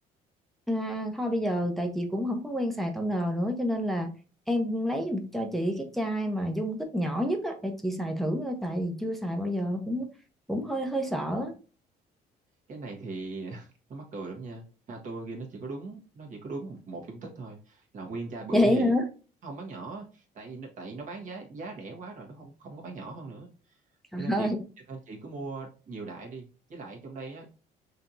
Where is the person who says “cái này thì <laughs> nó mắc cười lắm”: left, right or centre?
Right